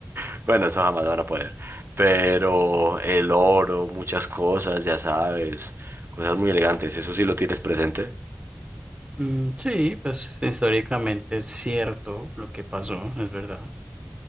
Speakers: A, on the right; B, on the right.
A: <laughs> bueno, eso jamás van a poder, pero el oro, muchas cosas, ya sabes, cosas muy elegantes, eso sí lo tienes presente.
B: Mm, sí, pues históricamente es cierto lo que pasó, es verdad.